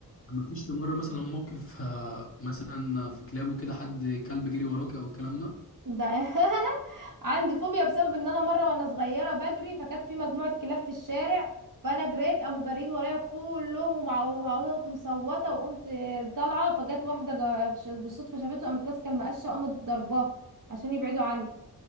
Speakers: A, on the left; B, on the right.
A: ما فيش في مره مثلا موقف آه، مثلا في كلابه كده حد كلب جري وراك او الكلام ده
B: ده <laughs> عندي فوبيا بسبب ان انا مره وانا صغيره بجري فكانت في مجموعه كلاب في الشارع فانا جريت قاموا جارين ورايا كلهم ومع- وقمت مصوته وقمت طالعه فجت واحده جا- ش- بالصدفه شافته قامت ماسكه المقشه وقامت ضرباه عشان يبعدوا عني